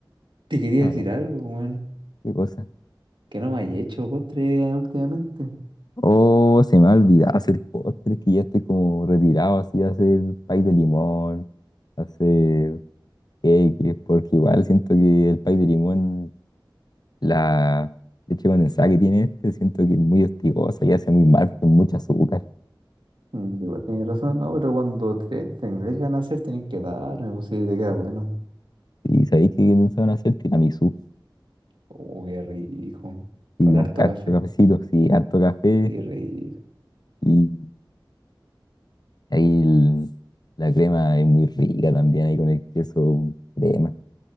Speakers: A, on the right (about 75°); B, on the left (about 55°).
A: te quería
B: hablan?
A: decir algo, weón,
B: ¿Qué cosa?
A: que no me hayas hecho postre eh, últimamente.
B: Oh, se me ha olvidado hacer postres, que ya estoy como retirado así, hacer pay de limón, hacer. que, que es porque igual siento que el pay de limón, la leche condensada que tiene este, siento que es muy hostigosa y hace muy mal porque es mucho azúcar.
A: Mm, Igual tenés razón, no, pero cuando te, tenés ganas de hacer, tenés que darme, pues sí, te queda bueno.
B: Y sabéis que van a hacer tiramisú
A: Oh, qué rico.
B: y
A: Con
B: con
A: harto
B: harto
A: café,
B: cafecito, sí, harto café
A: qué rico.
B: y ahí el- la crema es muy rica también ahí con el queso crema.